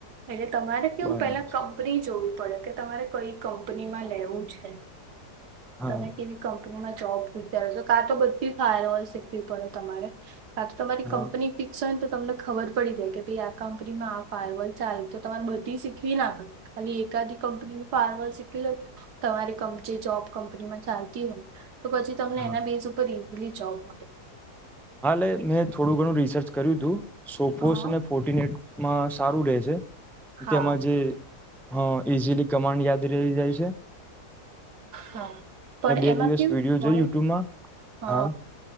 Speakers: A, on the right; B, in the centre.
A: એટલે તમારે કેવું
B: બરાબર
A: પેલા
B: છે
A: કંપની જોવી પડે કે તમારે કઈ કંપનીમાં લેવું છે
B: હા
A: તમે કેવી કંપનીમાં જોબ વિચાર છે કા તો બધી ફાયરવોલ શીખવી પડે તમારે આા તો તમારી
B: હા
A: કંપની ફિક્સ હોય ને તો તમને ખબર પડી જાય કે આ કંપનીમાં આ ફાયરવલ ચા તો તમારે બધી શીખવી ના આપડે ખાલી એક કંપનીની ફાર્મર શીખ તમારી કં જોબ કંપનીમાં ચાલતી હોય તો પછી તમને
B: હા
A: એના બેઝ ઉપર ઈઝીલી જોબ મળે
B: હાલે મેં થોડું ઘણું રિસર્ચ કર્યું હતું સોફોસને
A: હા
B: ફોર્નેટ માં સારું રહે છે
A: હા
B: તેમાં જે હા ઈઝીલી કમાન્ડ યાદ રહી જાય છે
A: હા પણ
B: મે બે
A: એમાં
B: દિવસ
A: કેવું
B: વિડીિયો જોય
A: હોય
B: યુટ્યુબમાં
A: હ
B: હા